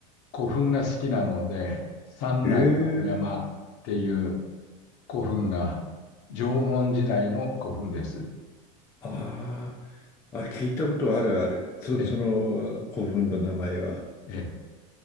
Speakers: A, on the left; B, on the left.
A: 古墳が好きなので、三内丸山っていう
B: ええ
A: 古墳が縄文時代の古墳です。
B: ああ、あ、聞いたことあるある。そ、
A: で、
B: その古墳の名前は。
A: で